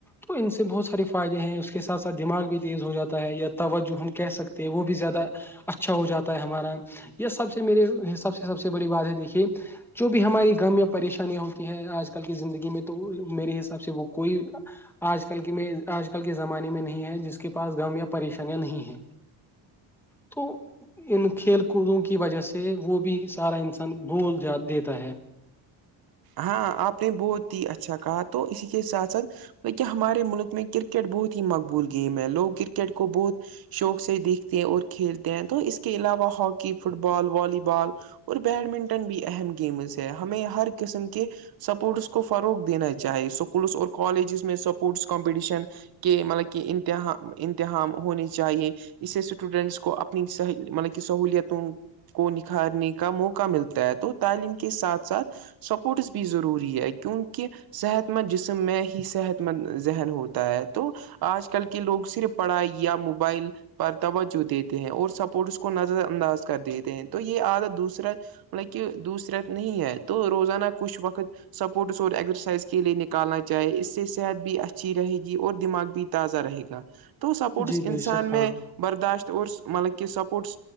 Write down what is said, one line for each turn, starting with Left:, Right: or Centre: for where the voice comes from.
Centre: تو ان سے بہت سارے فائدے ہیں اس اس کے ساتھ ساتھ دماغ بھی تیز ہو جاتا ہے یا توجہ ہم کہہ سکتے ہیں وہ بھی زیادہ اچھا ہو جاتا ہے ہمارا یہ سب سے میرے سب سے سب سے بڑی بات ہے دیکھیے جو بھی ہماری غم یا پریشانیاں ہوتی ہیں آج کل کی زندگی میں تو میرے حساب سے وہ کوئی آج کل کی آج کل کے زمانے میں نہیں ہے جس کے پاس غم یا پریشانیاں نہیں ہیں تو ان کھیل کودوں کی وجہ سے وہ بھی سارا انسان بول جا دیتا ہے
Right: ہاں آپ نے بہت ہی اچھا کہا تو اسی کے ساتھ ساتھ ب کیا ہمارے ملک میں کرکٹ بہت ہی مقبول گیم ہے لوگ کرکٹ کو بہت شوق سے دیکھتے ہیں اور کھیلتے ہیں تو اس کے علاوہ hockey football volleyball اور بیڈمنٹن بھی اہم گیمز ہے ہمیں ہر قسم کے سپورٹس کو فروغ دینا چاہے اسکولس اور کالجز میں سپورٹس کمپٹیشن کہ مطلب کہ انتا امتحان ہونی چاہیے اس سے اسٹوڈینٹس کو اپنی مطلب کہ سہولتوں کو نکھارنے کا موقع ملتا ہے تو تعلیم کے ساتھ ساتھ سپورٹس بھی ضروری ہے کیونکہ صحت مند جسم میں ہی صحت مند ذہن ہوتا ہے تو آج کل کے لوگ صرف پڑھائی یا موبائل پر توجہ دیتے ہیں اور سپورٹس کو نظر انداز کر دیتے ہیں تو یہ آدھا دوسرا مطلب کہ دوسرات نہیں ہے تو روزانہ کچھ وقت سپورٹس اور ایکسرسائز کے لیے نکالنا چاہے اس سے صحت بھی اچھی رہے گی اور دماغ بھی تازہ رہے گا تو سپورٹس
Centre: جی
Right: انسان
Centre: بے شک
Right: میں
Centre: ہاں
Right: برداشت اور مطلب کہ سپورٹس